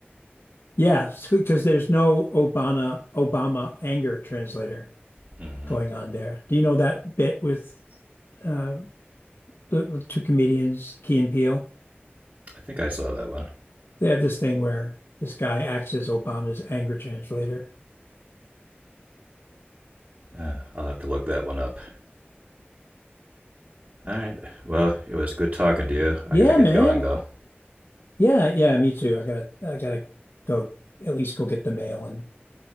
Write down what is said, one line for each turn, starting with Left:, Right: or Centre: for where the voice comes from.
Left: Yeah, because there's no Obama Obama anger translator
Right: Hmm.
Left: going on there. Do you know that bit with uh, the two comedians, Key and Peele?
Right: I think I saw that one.
Left: They have this thing where this guy acts as Obama's anger translator.
Right: Uh, I'll have to look that one up. All right. Well, it was good talking to you. I
Left: Yeah,
Right: got to get
Left: man.
Right: going, though.
Left: Yeah, yeah, me too. I gotta, I gotta go at least go get the mail, and